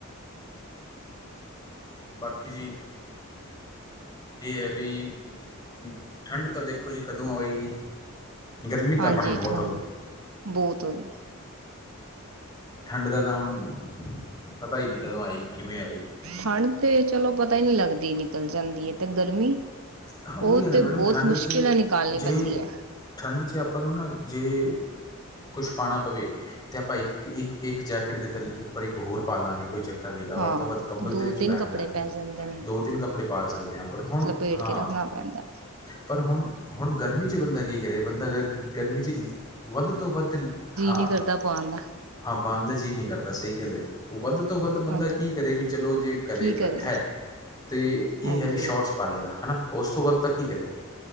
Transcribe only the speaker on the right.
ਹਾਂਜੀ
ਠੰਡ
ਬਹੁਤ ਹੋ ਗਈ
ਠੰਡ ਤੇ ਚਲੋ ਪਤਾ ਹੀ ਨਹੀਂਲੱਗਦੀ ਨਿਕਲ ਜਾਂਦੀ ਹੈ ਤੇ ਗਰਮੀ।
ਉਹ
ਤੇ
ਬਹੁਤ
ਮੁਸ਼ਕਿਲ
ਨਾਲ ਨਿਕਾਲਣੀ
ਪੈਂਦੀ ਹੈ।
ਹਾਂ
ਦੋ
ਤਿੰਨ
ਕੱਪੜੇ
ਪੈ ਜਾਂਦੇ
ਪੇਟ
ਕੇ ਰੱਖਣਾ ਪੈਂਦਾ।
ਨੀ ਕਰਦਾ ਪਾਉਣ ਦਾ।
ਹਾਂਜੀ
ਕੀ
ਕਰੇ
ਹਾਂਜੀ